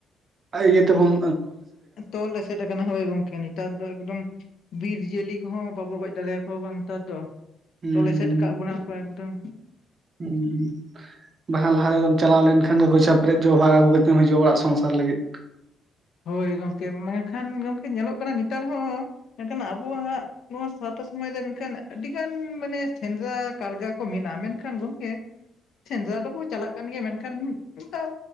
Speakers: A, on the right; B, on the left.
A: ᱟᱨ ᱤᱭᱟᱹ ᱛᱟᱵᱚᱱ,
B: ᱛᱚᱞ ᱮᱥᱮᱫ ᱟᱠᱟᱱᱟ, ᱦᱳᱭ ᱜᱚᱝᱠᱮ ᱱᱮᱛᱟᱨ ᱫᱚ ᱮᱠᱫᱚᱢ, ᱵᱤᱨ ᱡᱤᱭᱟᱹᱞᱤ ᱠᱚᱦᱚᱸ ᱵᱟᱵᱚ ᱜᱚᱭᱡ ᱫᱟᱲᱮᱭᱟ ᱠᱚᱣᱟ ᱵᱟᱝ ᱱᱮᱛᱟᱨ ᱫᱚ᱾
A: ᱦᱩᱸ
B: ᱛᱚᱞ ᱮᱥᱮᱫ
A: ᱦᱩᱸ
B: ᱟᱠᱟᱫ ᱵᱚᱱᱟ ᱠᱚ ᱮᱠᱫᱚᱢ
A: ᱦᱩᱸ, ᱦᱩᱸ ᱦᱩᱸ᱾ ᱵᱟᱠᱷᱟᱱ ᱞᱟᱦᱟ ᱨᱮᱫᱚᱢ ᱪᱟᱞᱟᱣ ᱞᱮᱱᱠᱷᱟᱱ ᱜᱮ ᱜᱚᱪᱷᱟ ᱯᱨᱮᱡ ᱡᱚᱜ ᱵᱟᱦᱟ ᱟᱹᱜᱩ ᱠᱟᱛᱮᱢ ᱦᱤᱡᱩᱜᱼᱟ ᱚᱲᱟᱜ ᱥᱚᱝᱥᱟᱨ ᱞᱟᱹᱜᱤᱫ᱾
B: ᱦᱳᱭ ᱜᱚᱝᱠᱮ ᱢᱮᱱᱠᱷᱟᱱ ᱜᱚᱝᱠᱮ ᱧᱮᱞᱚᱜ ᱠᱟᱱᱟ ᱱᱮᱛᱟᱨ ᱦᱚᱸ ᱢᱮᱱᱠᱷᱟᱱ ᱟᱵᱚᱣᱟᱜ ᱱᱚᱣᱟ ᱥᱟᱶᱛᱟ ᱥᱚᱢᱟᱡ ᱨᱮ ᱢᱮᱱᱠᱷᱟᱱ ᱟᱹᱰᱤᱜᱟᱱ ᱢᱟᱱᱮ ᱥᱮᱸᱫᱽᱨᱟ ᱠᱟᱨᱜᱟᱨ ᱠᱚ ᱢᱮᱱᱟᱜᱼᱟ᱾ ᱢᱮᱱᱠᱷᱟᱱ ᱜᱚᱝᱠᱮ,
A: <inaudible>
B: ᱥᱮᱸᱫᱽᱨᱟ ᱫᱚᱵᱚ ᱪᱟᱞᱟᱜ ᱠᱟᱱ ᱜᱮᱭᱟ, ᱢᱮᱱᱠᱷᱟᱱ ᱚᱱᱠᱟᱱ